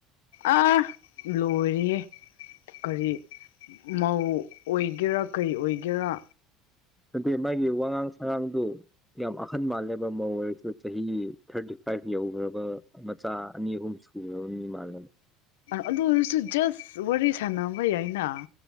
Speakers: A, on the left; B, in the centre.
A: ꯑ ꯂꯣꯏꯔ ꯀꯔꯤ ꯃꯧ ꯑꯣꯏꯒꯦꯔꯥ ꯀꯩ ꯑꯣꯏꯒꯦꯔꯥ
B: ꯑꯗꯨꯗꯤ ꯃꯥꯒꯤ ꯋꯥꯉꯥꯡ ꯁꯉꯥꯡꯗꯨ ꯌꯥꯝ ꯑꯈꯟ ꯃꯥꯜꯂꯦꯕ ꯃ ꯑꯣꯏꯔꯁꯨ ꯆꯍꯤ ꯊꯥꯔꯇꯤ ꯐꯥꯏꯚ ꯌꯧꯈ꯭ꯔꯕ ꯃꯆꯥ ꯑꯅꯤ ꯑꯍꯨꯝ ꯁꯨꯈ꯭ꯔꯕ ꯃꯤ ꯃꯥꯜꯂꯅꯤ
A: ꯑꯗꯨ ꯑꯣꯏꯔꯁꯨ ꯖꯁ ꯋꯥꯔꯤ ꯁꯥꯟꯅꯕ ꯌꯥꯏꯅ